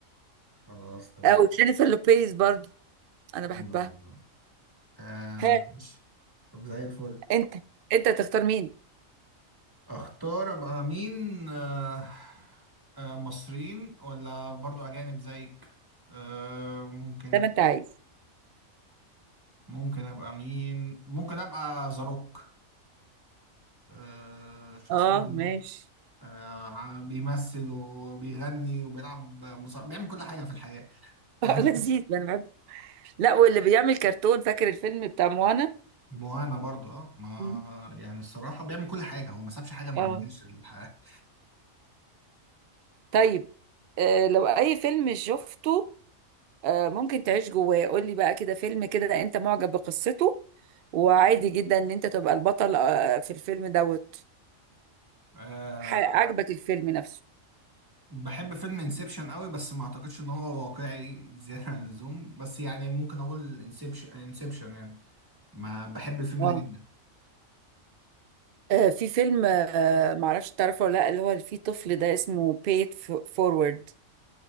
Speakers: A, on the right; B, on the right.
A: خلاص تمام
B: او جينيفر لوبيز برضو انا
A: الحمد
B: بحبها
A: لله تمام. آه
B: ها
A: ماشي طب زي الفل
B: انت انت تختار مين
A: اختار ابقى مين آه آه مصريين ولا برضو اجانب زيك آه ممكن
B: زي ما انت
A: أب-
B: عايز
A: ممكن ابقى مين ممكن ابقى زاروك آه شخصية
B: اه
A: زاروك
B: ماشي
A: آه، ع- بيمثل وبيغني وبيلعب مصارعة بيعمل كل حاجة في الحياة
B: <laughs>
A: يعني
B: اه لذيذ انا بحب لا واللي بيعمل كرتون فاكر الفيلم بتاع موانا
A: مهانة برضو اه ما
B: مم.
A: يعني الصراحة بيعمل كل حاجة هو ما سابش حاجة ما
B: اه
A: عملهاش الحياة
B: طيب آه لو اي فيلم شفته آه ممكن تعيش جواه قول لي بقى كده فيلم كده انت معجب بقصته وعادي جدا ان انت تبقى البطل آه في الفيلم دوت
A: أه
B: ح- عجبك الفيلم نفسه
A: بحب فيلم انسبشن قوي بس ما اعتقدش ان هو واقعي زيادة عن اللزوم بس يعني ممكن اقول انسبشن انسبشن يعني ما بحب الفيلم
B: اه
A: ده جدا
B: آه، في فيلم آه، معرفش تعرفه ولا لا اللي هو اللي فيه طفل ده اسمه Paid Forward